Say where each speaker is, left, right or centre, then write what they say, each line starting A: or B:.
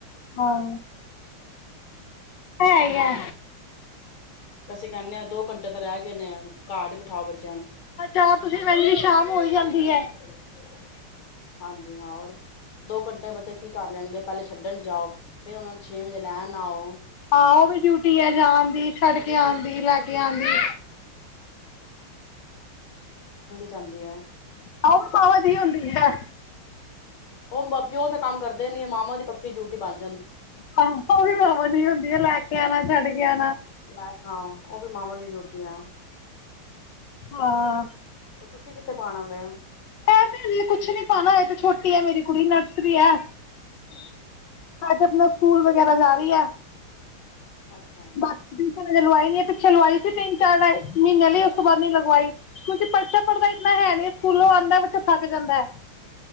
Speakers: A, on the left; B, on the left.
A: ਹਾਂ ਹੈ ਹੀ
B: ਹੋਰ
A: ਹੈ
B: ਵੈਸੇ ਕਹਿੰਦੇ ਆ ਦੋ ਘੰਟੇ ਤਾਂ ਰਹਿ ਗਏ ਨੇ, ਘਰ ਹੀ ਬਿਠਾਓ ਬੱਚੇ
A: ਹਾਂ <inaudible> ਤੁਸੀਂ ਰਹਿੰਦੇ ਸ਼ਾਮ ਹੋਈ ਜਾਂਦੀ ਹੈ। <unintelligible>
B: ਹਾਂਜੀ ਹਾਂ ਹੋਰ ਦੋ ਘੰਟੇ ਬੱਚੇ ਕੀ ਕਰ ਲੈਣਗੇ, ਪਹਿਲੇ ਛੱਡਣ ਜਾਓ ਫੇਰ ਉਹਨਾ ਨੂੰ ਛੇ ਵਜੇ ਲੈਣ ਆਓ।
A: ਹਾਂ, ਉਹ ਵੀ ਡਿਊਟੀ ਹੈ ਜਾ ਦੀ ਛੱਡ
B: ਉਹ
A: ਕੇ
B: ਵੀ
A: ਆਣ
B: ਡਿਊਟੀ
A: ਦੀ
B: ਪੱਕੀ
A: ਲੈ ਕੇ
B: ਡਿਊਟੀ
A: ਆਣ ਦੀ
B: ਐ। ਜਾਂਦੇ ਆ
A: ਆਹੋ, ਮਾਵਾ ਦੀ ਹੁੰਦੀ ਹੈ
B: ਉਹ ਪਿਓ ਤੇ ਕੰਮ ਕਰਦੇ ਨੀ, ਹੈ ਮਾਵਾਂ ਦੀ ਪੱਕੀ ਡਿਊਟੀ ਬਣਦੀ
A: ਆਹੋ ਉਹ ਵੀ ਮਾਵਾ ਹੁੰਦੀ, ਆ ਲੈ ਕੇ ਲਿਆਣਾ, ਛੱਡ ਕੇ ਆਉਣਾ
B: ਲੈਕੇ ਹਾਂ ਉਹ ਵੀ ਮਾਵਾ ਦੀ ਡਿਊਟੀ ਐ
A: ਹਾਂ
B: ਤੁਸੀਂ ਕਿੱਥੇ ਪਾਉਣਾ ਵੇ
A: ਐ ਕੁਛ ਨੀ ਪਾਣਾ ਇਹ ਤੇ ਛੋਟੀ ਹੈ ਮੇਰੀ ਕੁੜੀ ਨਰਸਰੀ ਹੈ ਅੱਜ ਆਪਣਾ ਸਕੂਲ ਵਗੈਰਾ ਜਾ ਰਹੀ ਹੈ।
B: ਅੱਛਾ
A: ਬਾਕੀ ਟਿਊਸ਼ਨ ਲਵਾਈ ਨੀ ਪਿੱਛੇ ਲਵਾਈ ਸੀ ਤਿੰਨ ਚਾਰ ਮਹੀਨਿਆਂ ਲਈ ਉਸ ਤੋਂ ਬਾਅਦ ਨੀ ਲਗਵਾਈ ਕਿਉਂਕਿ ਬੱਚਾ ਪੜ੍ਹਦਾ ਇੰਨਾ ਹੈ ਨੀ, ਸਕੂਲੋਂ ਆਉਂਦਾ ਬਾ ਥੱਕ ਜਾਂਦਾ ਹੈ।